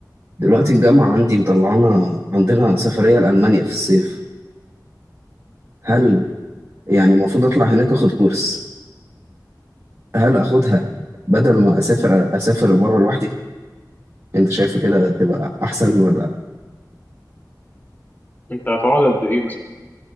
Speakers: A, on the right; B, on the left.
A: دلوقتي الجامعه عندي مطلعانا عندنا سفريه لالمانيا في الصيف هل يعني المفروض اطلع هناك اخد كورس هل اخدها بدل ما اسافر اسافر بره لوحدي انت شايفه كده تبقى احسن ولا
B: انت هتقعد قد ايه مثلا